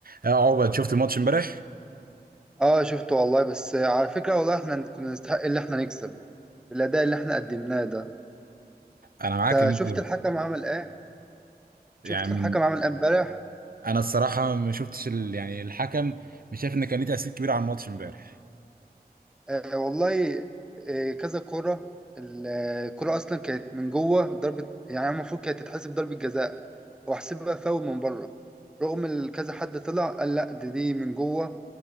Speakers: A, on the right (about 65°); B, in the centre.
A: اه عقبة شفت الماتش امبارح
B: اه شفته والله بس على فكرة والله احنا كنا نستحق اللي احنا نكسب بالأداء اللي احنا قدمناه ده
A: انا
B: انت
A: معاك ان
B: شفت
A: انت
B: الحكم عمل ايه شفت
A: يعني
B: الحكم
A: من-
B: عمل ايه امبارح
A: انا الصراحه ما شفتش ال... يعني الحكم مش شايف ان كان ليه تاثير كبير على الماتش امبارح
B: آه والله آه كذا كرة ال- الكرة اصلا كانت من جوه ضربة يعني المفروض كانت تتحسب ضربة جزاء واحسبها فاول من بره رغم ال- كذا حد طلع قال لا دي دي من جوه